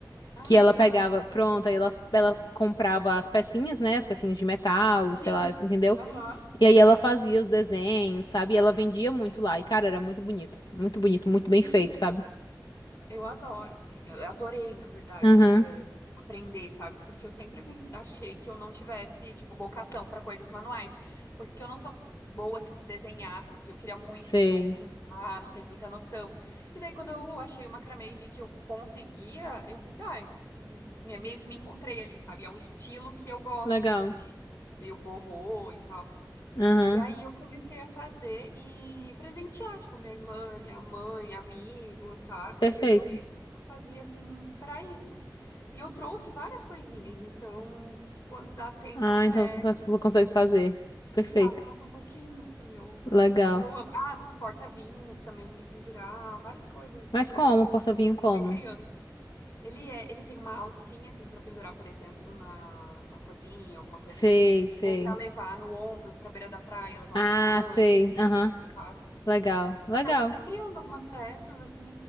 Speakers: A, on the left; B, on the left.
A: Ai,
B: que ela
A: que legal.
B: pegava, pronto, aí ela, ela comprava as pecinhas, né? As pecinhas de metal,
A: Sim.
B: sei lá, entendeu?
A: Aham.
B: E aí ela fazia os desenhos, sabe? E ela vendia muito lá. E, cara, era muito bonito. Muito bonito, muito
A: Sim.
B: bem feito, sabe?
A: Eu adoro, assim, eu adorei, na verdade,
B: Aham,
A: é, aprender, sabe? Porque eu sempre pense- achei que eu não tivesse, tipo, vocação para coisas manuais, porque eu não sou boa, assim, de desenhar, e eu queria muito,
B: sei.
A: assim, ou pintar, não tenho muita noção. E daí, quando eu achei o macramê e vi que eu conseguia, eu pensei, ai, me- meio que me encontrei ali, sabe? É um estilo que eu gosto,
B: Legal.
A: assim, de meio borrô e tal.
B: Aham,
A: E aí eu comecei a fazer e presentear, tipo, minha irmã, minha mãe, amigos, sabe?
B: perfeito.
A: E aí eu, eu fazia assim pra isso. E eu trouxe várias coisinhas, então quando dá tempo
B: Ah,
A: eu pego
B: então você consegue fazer. Perfeito.
A: e faço um pouquinho, assim, eu,
B: Legal.
A: eu amo. Ah, uns porta-vinhos também de pendurar, várias coisas assim
B: Mas
A: que
B: como?
A: eu
B: Porta-vinho como?
A: fui criando. Ele é, ele tem uma alcinha assim pra pendurar, por exemplo, na, na cozinha, alguma coisa
B: Sei,
A: assim,
B: sei.
A: ou pra levar no ombro, pra beira da praia, levar
B: Ah,
A: um espumante
B: sei. Aham,
A: coisa, sabe?
B: legal. Legal.
A: Aí eu fui criando algumas peças, assim,